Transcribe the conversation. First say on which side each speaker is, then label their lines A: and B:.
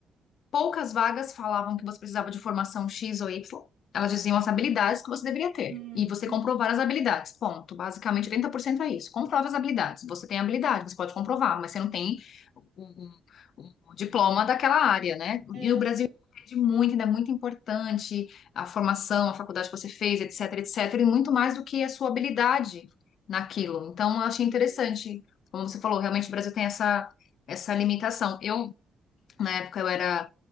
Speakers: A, on the left; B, on the right.
A: Poucas vagas falavam que você precisava de formação X ou Y. Elas diziam as habilidades que você deveria ter.
B: Uhum.
A: E você comprovar as habilidades. Ponto. Basicamente, 80% é isso. Comprove as habilidades. Você tem habilidade, você pode comprovar, mas você não tem o, o- o diploma daquela área, né?
B: É,
A: E o Brasil pede muito, ainda é muito importante a formação, a faculdade que você fez, etc, etc, e muito mais do que a sua habilidade naquilo. Então, eu achei interessante.
B: sim.
A: Como você falou, realmente o Brasil tem essa, essa limitação. Eu, na época, eu era